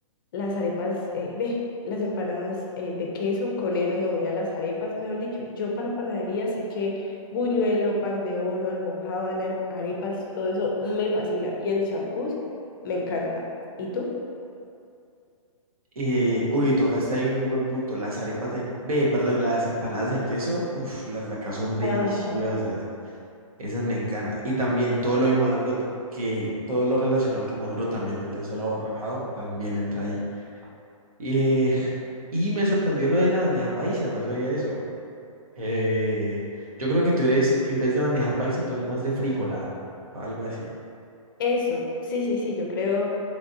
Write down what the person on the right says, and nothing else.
Eh, uy, tocaste ahí un muy buen punto. Las arepas de, ve, perdón, las empanadas de queso, uff, las de acá son deliciosas.
Esas me encanta. Y también todo lo de Maduro, ta- que todo lo relacionado con Maduro también, entonces el aborrajado también entra ahí. Eh, y me sorprendió lo de la bandeja paisa, no sabía eso. Eh, yo creo que tú eres, en vez de bandeja paisa, tú eres más de frijolada o algo así.